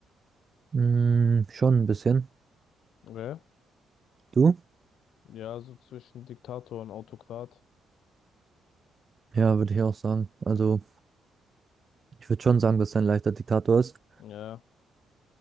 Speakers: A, on the right (about 35°); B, on the left (about 80°).
A: mh, schon ein bisschen.
B: Ja.
A: Du?
B: Ja, so zwischen Diktator und Autokrat.
A: Ja, würde ich auch sagen. Also, ich würde schon sagen, dass er ein leichter Diktator ist.
B: Ja,